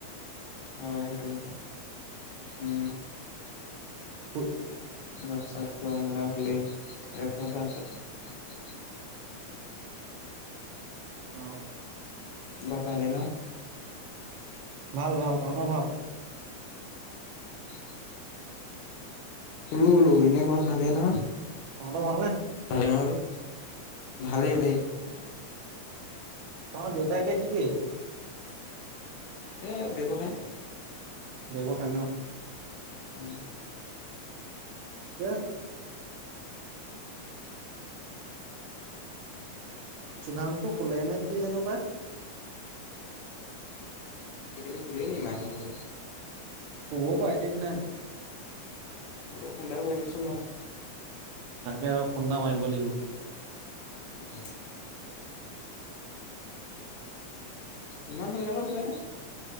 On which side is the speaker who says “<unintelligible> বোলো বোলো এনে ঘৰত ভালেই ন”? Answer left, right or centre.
Left